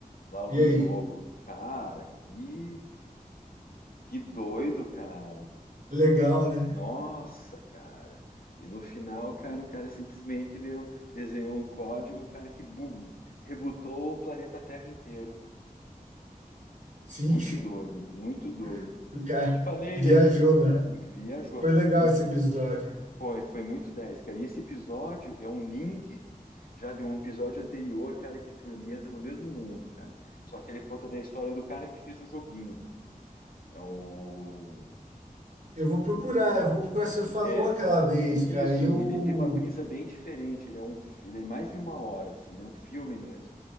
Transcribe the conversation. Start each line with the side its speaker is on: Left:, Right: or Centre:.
Left: lá o
Right: E
Left: do
Right: aí?
Left: jogo. Cara, que que doido, cara.
Right: Legal, né?
Left: Nossa, cara. E no final, cara, o cara simplesmente, meu, desenhou um código, cara, que bu- rebutou o planeta Terra inteiro, meu.
Right: Sim,
Left: Muito doido, muito doido.
Right: <laughs> o cara
Left: Te falei,
Right: viajou,
Left: né, que aqui-
Right: né?
Left: viajou.
Right: Foi legal
Left: E
Right: esse episódio, né?
Left: foi, foi muito 10 cara. E esse episódio é um link já de um episódio anterior, cara, que te ambienta no mesmo mundo, cara. Só que ele conta da história do cara que fez o joguinho. É o
Right: Eu vou procurar, eu vou procurar. Você falou
Left: É,
Right: aquela vez,
Left: isso,
Right: cara, e eu.
Left: e ele tem uma brisa bem diferente, ele é um, fi- ele é mais de uma hora, assim, ele é um filme mesmo,